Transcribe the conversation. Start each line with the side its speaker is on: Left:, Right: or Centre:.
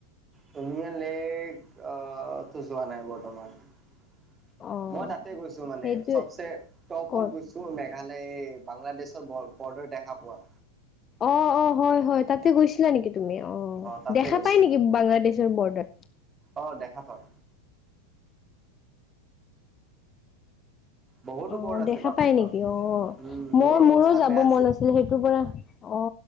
Right: তুমিয়া লেক টো যোৱা নাই বৰ্তমান-
Left: অ',
Right: মই তাতে গৈছোঁ মানে
Left: সেইটো
Right: চবচে টপত
Left: ক'ত?
Right: গৈছোঁ মে- তোলে এই বাংলাদেশৰ বৰ্ডাৰ দেখা পোৱা-
Left: অ অ হয় হয় তাতে গৈছিলা নেকি? তুমি অ
Right: তাতে
Left: দেখা
Right: গৈছিলো
Left: পাই নেকি বাংলাদেশৰ বৰ্ডাৰ?
Right: অ দেখা পাওঁ বহুতো
Left: অ
Right: পৰ্ট আছে
Left: দেখা
Right: বাপৰে
Left: পাই
Right: বাপ
Left: নেকি? অ
Right: উম মোৰ
Left: মই
Right: অৱস্থা
Left: মোৰো যাব
Right: বেয়া
Left: মন আছিল সেইটোৰ পৰা অ।